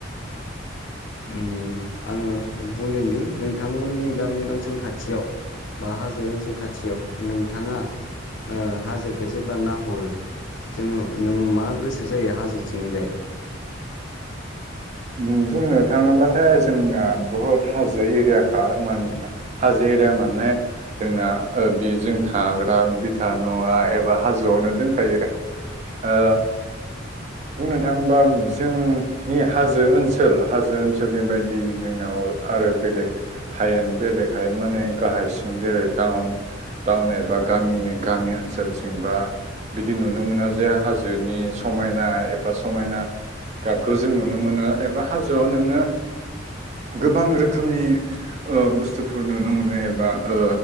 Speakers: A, on the left; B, on the right.
A: उम आङो बुंदोंदि नोंथांमोननि गामि ओनसोल खाथियाव बा हाजो ओनसोल खाथियाव नोंथाङा ओ हाजो खौ जेब्ला नाहरो जोङो नोङो मा गोसो जायो हाजोथिंजाय?
B: उम बुंनो थाङोबाथाय जोंना बुहुत हाजो एरियाखा मानोना हाजो एरिया माने जोंना ओ बि जों थाग्रा बिथा न'आ एबा हाजोआवनो दोनखायोरा। ओ बुंनो थाङोबा जों हाजो ओनसोल हाजो ओनसोलनि बायदि जोंनाव ओ आरो बेलेग हायेन बेलेग हायेन माने गाहाय सिं जेरै टाउन टाउन एबा गामि गामि ओनसोलसिं बा बिदि नुनो मोना जे हाजोनि समायना एबा समायना गाबखौ जों नु नो मोनो एबा हाजोआव नोङो गोबां रोखोमनि ओ बुस्थुफोर नुनो मोनो एबा ओ